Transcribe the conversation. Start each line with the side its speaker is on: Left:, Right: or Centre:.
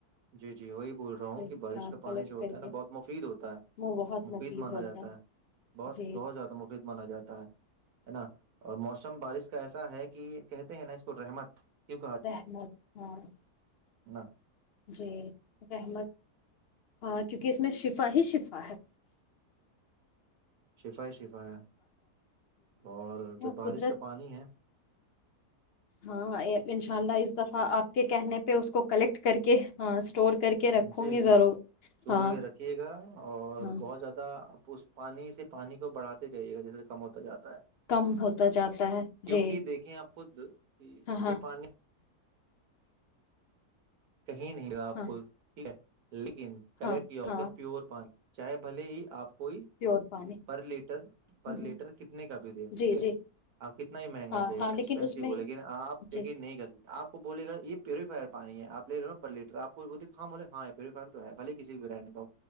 Right: جی جی وہی بول رہا ہوں
Left: جی
Right: کہ بارش
Left: ہاں
Right: کا پانی
Left: کلیکٹ
Right: جو ہوتا
Left: کر
Right: ہے نا
Left: کے
Right: بہت مفید ہوتا ہے
Left: وہ بہت
Right: مفید مانا
Left: ہوتا
Right: جاتا ہے بہت
Left: جی
Right: بہت زیادہ مفید مانا جاتا ہے ہے نا اور موسم بارش کا ایسا ہے کہ کہتے ہیں نا اس کو رحمت کیوں
Left: رہمت ہاں
Right: نہ
Left: جی رحمت ہاں کیونکہ اس میں شفا ہی شفا ہے
Right: شفائی ہی شفا ہے اور جو
Left: ہاں،
Right: بارش
Left: قدرت
Right: کا پانی ہے
Left: ہاں انشاء اللہ اس دفعہ آپ کے کہنے پہ اس کو کلیکٹ کر کے ہاں اسٹور کر کے رکھوں
Right: جی
Left: گی ضرور
Right: جی چور
Left: ہاں
Right: رکھیے گا اور
Left: ہاں
Right: بہت زیادہ اس پانی سے پانی کو بڑھا جائیےا جیسے کم ہوتا جاتا
Left: کم ہوتا جاتا ہے
Right: کیونکہ
Left: جی
Right: دیکھیں آپ خود کہ
Left: ہاں ہاں
Right: یہ پانی کہیں نہیں ہوا آپ
Left: ہاں
Right: کو ٹھیک ہے لیکن کلر
Left: ہاں
Right: کی ہو ایک
Left: ہاں
Right: دم پیور پانی چاہے بلے ہی آپ کوئی
Left: پیور پانی
Right: پر لیٹر پر
Left: ہوں ہوں،
Right: لیٹر کتنے کا بھی دے ٹھیک
Left: جی جی
Right: ہے آپ کتنا ہی مہنگا
Left: ہاں
Right: دیں
Left: ہاں
Right: ایکسپینسو
Left: لیکن اس میں
Right: بولے لیکن آپ
Left: جی
Right: نہیں کر آپ بول گا یہ پیوریفائر پانی ہے آپ لے لو لیٹر آپ کو بولے ہاں تو ہے بھ کسی بھی برانڈ کا